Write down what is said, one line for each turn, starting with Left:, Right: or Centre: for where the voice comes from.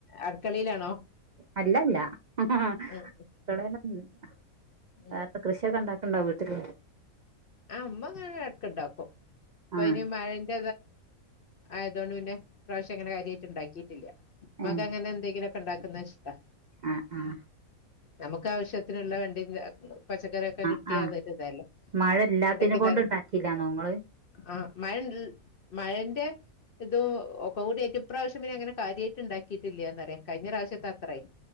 Left: അടുക്കളിയിലാണോ
Right: അല്ലല്ല അടുക്കളയിൽ
Left: ഉം ഉം
Right: അല്ല
Left: ഉം
Right: കൃഷിയൊക്കെ ഉണ്ടാക്ക ഉണ്ടോ വീട്ടില്
Left: ആഹ് അമ്മ അങ്ങ ഇടക്ക ഇണ്ടാക്കും അപ്പം
Right: ആഹ്
Left: ഇനി മഴ ഇത്‌ ആയതൊണ്ട് പിന്നെ ഈ പ്രാവശ്യാം അങ്ങനെ കാര്യമായിട്ട് ഉണ്ടാക്കിയിട്ടില്ല ഉമ്മാക്ക്
Right: ഏഹ്
Left: അങ്ങനെ എന്തെങ്കിലുംക്കെ ഉണ്ടാക്കുന്ന ഇഷ്ടാ
Right: ആഹ് ആഹ്
Left: നമുക്ക് ആവശ്യത്തിനുള്ള വേണ്ടി ഉണ്ടാക്കുണ് പച്ചക്കറിയൊക്കെ
Right: ആഹ്
Left: കിട്ടിയാ
Right: ആഹ്
Left: അത് ഒരിതല്ലേ
Right: മഴ ഇല്ലാത്തിനെ
Left: പണ്ടക്കെ
Right: കൊണ്ട് ഉണ്ടാക്കില്ലാന്നോ ഇങ്ങള്
Left: ആഹ് മഴ മഴന്റെ ഇതും ഒക്ക കൂടി ഏറ്റവുംപ്രാവശ്യം പിന്നെ അങ്ങനെ കാര്യമായിട്ട് ഉണ്ടാക്കിയിട്ടില്ലാ പറേ കഴിഞ്ഞ പ്രാവശ്യത്തെ അത്രയും